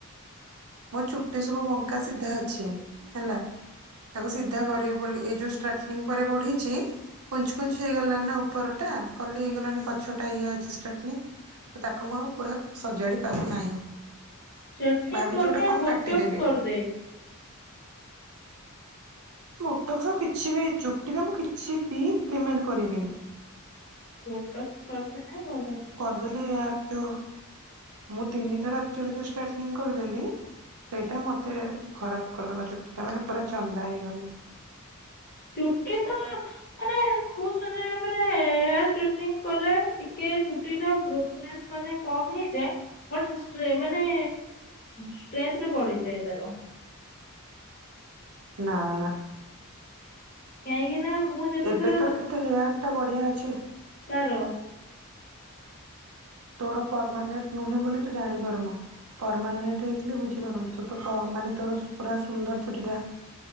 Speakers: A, on the right; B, on the left.
A: ମୋ ଚୁଟି ସବୁ ବଙ୍କା ସିଧା ଅଛି ହେଲା ତାକୁ ସି ଧା କରିବି ବୋଲି ଏଇ ଯୋଉ ଷ୍ଟାର୍ଟିଂ ପରେ ବଢ଼ିଛି କୁଞ୍ଚ୍ କୁଞ୍ଚ୍ ହେଇଗଲାନି ନା ଉପରଟା କଲି ହେଇଗଲାଣି ପଛଟା ଇଏ ଅଛି ଷ୍ଟଟ୍ନୀ। ତାକୁ ମୁଁ ଆଉ ପୁରା ସଜାଡ଼ି ପାରୁନାହିଁ
B: ଷ୍ଟ୍ରେଟନିଂ
A: ଭାବିଛି
B: କରୁଛୁ
A: ଗୋଟେ
B: ଆଉ
A: କଣ
B: ବୋଟକ୍ସ
A: କାଟିଦେବି।
B: କରିଦେ
A: ମୁଟକ ସ କିଛି ବି ଚୁଟିରେ ମୁଁ କିଛି ବି ଇମ୍ପ୍ଲିମେଣ୍ଟ କରିବିନି।
B: ଫୋଟକ୍ସ କରିଥାଏ <unintelligible>
A: ଚୁଆଲି ଆର୍ ଯୋଉ ମୁଁ ତିନି ଥର ଆକ୍ଚୂଆଲି ଯୋଉ ଷ୍ଟାଟନିଙ୍ଗ କରିଦେଲି ସେଇଟା ମୋତେ ଖରାପ କରିଦେଲା ଚୁଟିଟା ମାନେ ପୁରା ଚନ୍ଦା ହେଇଗଲି।
B: ଚୁଟି ତ ମାନେ ମୁଁ ସେରା ମାନେ ସେ ଆ ଷ୍ଟେଟନିଂ କଲେ ଟିକେ ଚୁଟି ଟା ଗ୍ରୋଥ୍ ନେସ ମାନେ କମ ହେଇଯାଏ ବଟ୍ ହେଁ ଷ୍ଟେ ମାନେ ଷ୍ଟ୍ରେନ୍ଥ ଟା ବଢିଯାଏ ତାର।
A: ନା ନା।
B: କାହିଁକି ନା ମୁଁ ଯେତେଥର
A: ଏବେ ତୋର କେତେ ହେୟାର ଟା ବଢିଆ ଅଛି
B: ତାର
A: ତୋର ପରମାନେେଣ୍ଟ ନୁହେଁ ବୋଲି ତୁ ଜାଣିପାରୁନୁ। ପରମାନେଣ୍ଟ ହେଇଥିଲେ ବୁଝିପାରନ୍ତୁ ତୁ ତ ପ ମାନେ ତୋର ପୁରା ସୁନ୍ଦର ଚୁଟି ଟା।